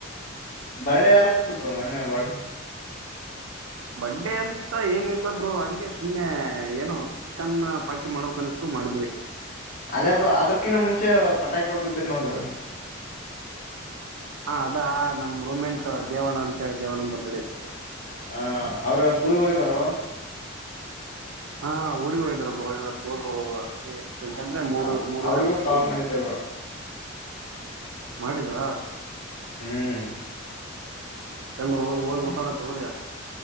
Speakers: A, on the left; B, on the right.
A: ಬರ್ಡೆ ಯಾರ್ದಿತ್ತು ಮೊನ್ನೆ ಬರ್ಡೆ
B: ಬರ್ಡೆ ಅಂತ ಏನಿಲ್ಲ ಬ್ರೋ ಹಂಗೆ ಸುಮ್ನೆ ಮೊನ್ನೆ ಏನೋ ಚಿಕನ್ ಪಾರ್ಟಿ ಮಾಡಬೇಕ ಅನಿಸ್ತು ಮಾಡಿದ್ವಿ.
A: ಅದೇ ಬ್ರೋ ಅದ್ರಕಿನ್ನ ಮುಂಚೆ ಪಟಾಕಿ ಹೊಡ್ದಿದ್ರಿ ನೋಡ್.
B: ಹಾ ಅದಾ ನಮ್ ರೊಮೆಂಟ್ ದೇವಣ ಅಂತಿ ದೇವಣನ್ ಬರ್ತಡೆ ಇತ್ತು.
A: ಹ ಅವ್ರು ಇವತ್ತ್ ಊರಿಗೆ ಹೋಗಿದಾರಲ್ವಾ?
B: ಹಾ ಊರಿಗೆ ಹೋಗಿದಾರ ಬ್ರೋ ಇವತ್ತ್ ಹೋದ್ರು ಎಷ್ಟ <unintelligible> ಮೂರು
A: ಆ,
B: ಮೂರವರೆ
A: ಅವ್ರಿಗೂ
B: ಬಸ್ಗೆ
A: ಕಾಲ್
B: ಹೋದ್ರು
A: ಮಾಡಿದ್ದೆ ಬ್ರೋ
B: ಮಾಡಿದ್ರ?
A: ಹ್ಮ್
B: ಎಲ್ಲ ಹೋಗಿ ಹೋಗಿ ಮುಟ್ಟವ್ರೇ ತೊಗೊಳ್ಳಿ.